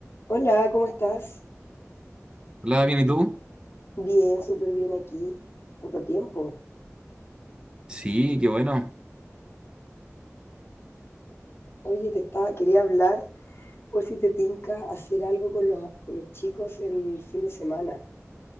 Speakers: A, on the left; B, on the right.
A: Hola, ¿cómo estás?
B: Hola, bien, ¿y tú?
A: Bien, súper bien aquí. Tanto tiempo.
B: Sí, qué bueno.
A: Oye, te estaba, quería hablar por si te tinca hacer algo con los, con los chicos el fin de semana.